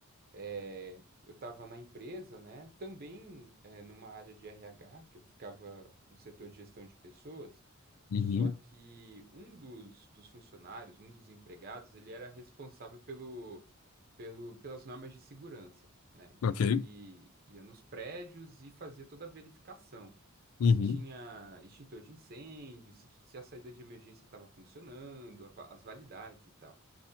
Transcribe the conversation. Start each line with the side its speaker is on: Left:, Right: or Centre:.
Right: É, eu estava na empresa, né? Também é, numa área de RH, que eu ficava no setor de gestão de pessoas, só
Left: Uhum.
Right: que um dos, dos funcionários, um dos empregados, ele era responsável pelo, pelo, pelas normas de segurança, né? Então
Left: Ok.
Right: ele ia nos prédios e fazia toda a verificação.
Left: Uhum.
Right: Se tinha extintor de incêndio, se, se a saída de emergência estava funcionando, a va- as validades e tal.